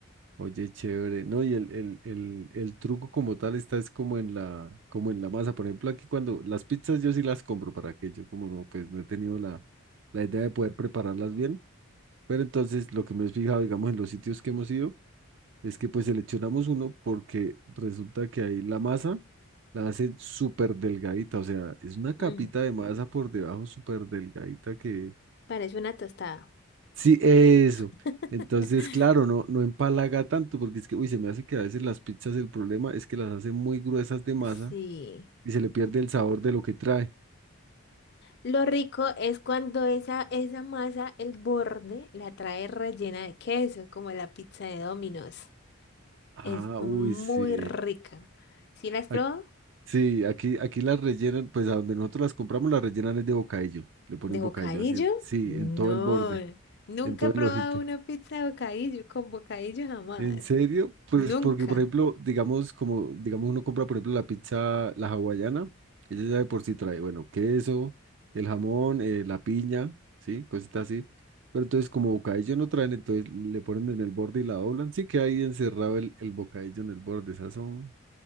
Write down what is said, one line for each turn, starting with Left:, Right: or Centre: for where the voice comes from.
Right: Oye, chévere. No, y el, el, el, el truco como tal está es como en la, como en la masa. Por ejemplo, aquí cuando las pizzas yo sí las compro para que yo como no, pues no he tenido la, la idea de poder prepararlas bien. Pero entonces lo que me he fijado, digamos, en los sitios que hemos ido, es que pues seleccionamos uno porque resulta que ahí la masa la hacen súper delgadita. O sea, es una capita
Left: Mm,
Right: de masa por debajo súper delgadita que...
Left: parece una tostada.
Right: Sí, eso.
Left: <laughs>
Right: Entonces, claro, no, no empalaga tanto, porque es que, uy, se me hace que a veces las pizzas el problema es que las hacen muy gruesas de masa
Left: Sí.
Right: y se le pierde el sabor de lo que trae.
Left: Lo rico es cuando esa, esa masa, el borde, la trae rellena de queso, como la pizza de Domino's.
Right: Ah,
Left: Es muy
Right: uy, sí.
Left: rica. ¿Sí la has probado?
Right: Ac- sí, aquí, aquí las rellenan, pues a donde nosotros las compramos las rellenan es de bocadillo. Le ponen
Left: ¿De
Right: bocadillo
Left: bocadillo?
Right: así, sí,
Left: No,
Right: en todo el borde,
Left: nunca
Right: en todo
Left: he probado
Right: el ojito.
Left: una pizza de bocadillo, con bocadillo jamás,
Right: ¿En serio? Pues
Left: nunca.
Right: porque, por ejemplo, digamos, como, digamos, uno compra, por ejemplo, la pizza, la hawaiana, ella ya de por sí trae, bueno, queso, el jamón, eh, la piña, ¿sí? Cositas así. Pero entonces, como bocadillo no traen, entonces le ponen en el borde y la doblan, sí que ahí encerrado el, el bocadillo en el borde. Esas son